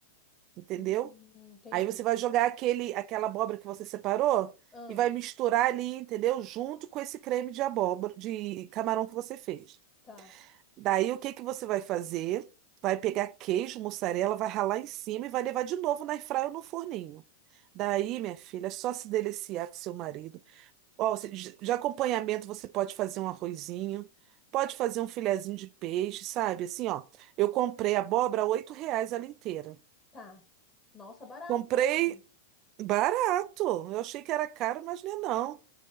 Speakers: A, on the right (about 40°); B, on the left (about 25°).
A: entendeu?
B: Hum, entendi.
A: Aí você vai jogar aquele, aquela abóbora que você separou
B: Ah,
A: e vai misturar ali, entendeu? Junto com esse creme de abóbora, de camarão que você fez.
B: tá,
A: Daí o que que você vai fazer? Vai pegar queijo, mussarela, vai ralar em cima e vai levar de novo na airfryer ou no forninho. Daí, minha filha, é só se deliciar com seu marido. Ó, você- de de acompanhamento você pode fazer um arrozinho, pode fazer um filezinho de peixe, sabe? Assim, ó, eu comprei abóbora a oito reais ela inteira.
B: tá. Nossa, barato,
A: Comprei
B: né, amiga?
A: barato. Eu achei que era caro, mas não é não.